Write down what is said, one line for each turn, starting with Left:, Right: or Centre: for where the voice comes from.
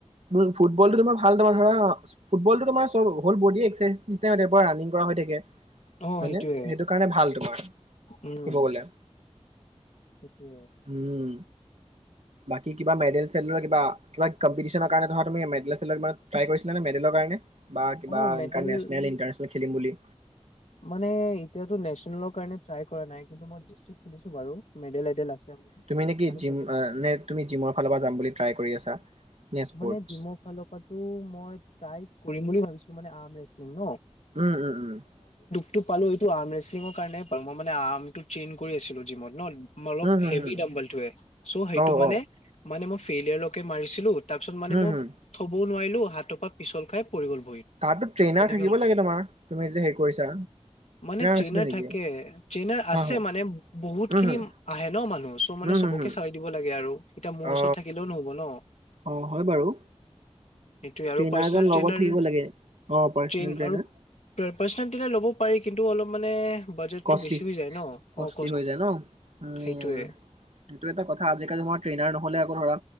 Right: বোলো ফুটবল টো মানে তোমাৰ ভাল তোমাৰ ধৰা ফুটবলটো তোমাৰ চব হল বডি এক্সাৰ চাইজ। পিছে দেউবাৰে ৰাণিং কৰা হৈ থাকে
Left: অ'
Right: হয়নে
Left: সেইটোয়ে
Right: সেইটো কাৰণে ভাল তোমাৰ।
Left: উম
Right: কব গলে।
Left: সেইটোয়ে।
Right: উম। বাকী কিবা মেডেল চেডেলৰ কিবা কিবা। কম্পিটিছ কাৰণ ধৰা তুমি মেডেল ছেডেলৰ ওপৰত ট্ৰাই কৰিছিলা নে মেডেলৰ কাৰণে বা কিবা
Left: অ'
Right: বা
Left: মেডেল
Right: ইণ্টাৰনিছনেল ইণ্টাৰনিছনেল। খেলিম বুলি
Left: মানে, এতিয়াতো নেচনেলৰ কাৰণে ট্ৰাই কৰা নাই কিন্তু মই ডিষ্ট্ৰিক্ট খেলিছো বাৰু। মেডেল এডেল আছে মোৰ।
Right: তুমি নেকি
Left: মানে
Right: জিম,
Left: ছেকেণ্ড
Right: নে তুমি জিমৰ ফাল পৰা যাম বুলি ট্ৰাই কৰি আছা। নে স্পৰ্টছ?
Left: মানে জিমৰ ফালৰ পৰাটো মই ট্ৰাই কৰিম বুলি ভাবিছোঁ । মানে আৰ্ম ৰেশ্লিং ন।
Right: উম, উম, উম ।
Left: টো পালো এইটো আম ৰেচলিঙৰ কাৰণে পালো, মই মানে আৰ্মটো ট্ৰেইন কৰি আছিলো জিমত ন। অলপ
Right: উম হুম
Left: হেভি
Right: হুম
Left: দাম্বলটোয়ে, চ' সেইটো
Right: অ
Left: মানে
Right: অ
Left: মানে মই ফেইলিয়াৰলৈকে মাৰিছিলো। তাৰপিছত মানে
Right: হুম
Left: মোক
Right: হুম
Left: থব নোৱাৰিলো হাতৰ পৰা পিছল খাই পৰি গল ভৰিত
Right: তাতো ট্ৰেইনাৰ
Left: তেনেকে
Right: থাকিব
Left: হল,
Right: লাগে তোমাৰ তুমি যে হেৰি কৰিছা
Left: মানে ট্ৰেইনাৰ
Right: আছিলে নেকি?
Left: থাকে, ট্ৰেইনাৰ আছে
Right: অ হ
Left: মানে বহুত
Right: উম
Left: খিনি
Right: হুম
Left: আহে ন মানুহ, চ' মানে
Right: উম
Left: চবকে
Right: হুম হুম
Left: চাই দিব লাগে আৰু এতিয়া মোৰ
Right: অ
Left: ওচৰত থাকিলেও নহ'ব ন।
Right: অ, হয় বাৰু।
Left: সেইটোয়ে
Right: ট্ৰেইনাৰজন
Left: আৰু পাৰ্চনেল
Right: লগত
Left: ট্ৰেইনৰ,
Right: থাকিব লাগে। অ পাৰ্চনেল
Left: ট্ৰেইন
Right: ট্ৰেইনাৰ
Left: আৰু পাৰ্চনেল ট্ৰেইন ল'ব পাৰি। কিন্তু অলপ মানে
Right: ‍
Left: বাজেটটো
Right: কষ্টলি,
Left: বেছি হৈ যায় ন
Right: কষ্টলি
Left: অ
Right: হৈ যায় ন উম,
Left: সেইটোয়ে
Right: সেইটো এটা কথা আজিকালি মই ট্ৰেইনাৰ নহলে আকৌ ধৰা